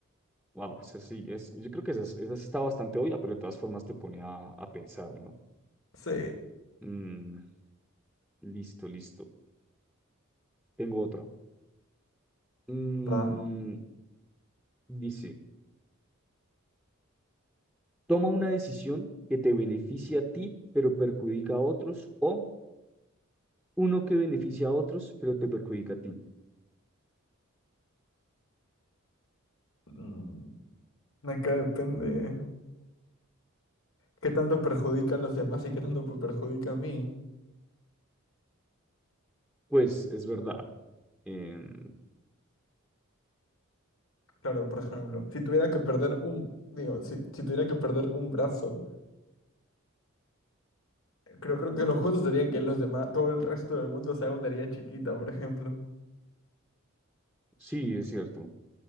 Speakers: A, in the centre; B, on the left (about 70°).
A: Wow, es así, es, yo creo que esa, es- esa sí está bastante obvia, pero de todas formas te pone a, a pensar, ¿no?
B: Sí.
A: Mm, listo, listo. Tengo otra. Mm,
B: ¿Va?
A: dice, toma una decisión que te beneficia a ti, pero perjudica a otros, o uno que beneficia a otros, pero te perjudica a ti.
B: Mm, acá depende. ¿Qué tanto perjudica a los demás y qué tanto me perjudica a mí?
A: Pues es verdad. em,
B: Claro, por ejemplo, si tuviera que perder un, digo, si, si tuviera que perder un brazo. Creo, creo que lo justo sería que los demás, todo el resto del mundo se haga una herida chiquita, por ejemplo.
A: sí, es cierto.